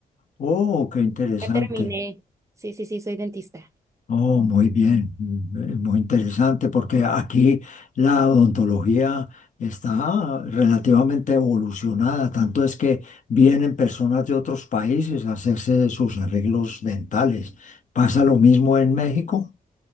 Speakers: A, on the left; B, on the right.
A: Oh, qué interesante.
B: Ya terminé. Sí, sí, sí, soy dentista.
A: Oh, muy bien. Mm, eh, Muy interesante porque aquí la odontología está relativamente evolucionada. Tanto es que vienen personas de otros países a hacerse sus arreglos dentales. ¿Pasa lo mismo en México?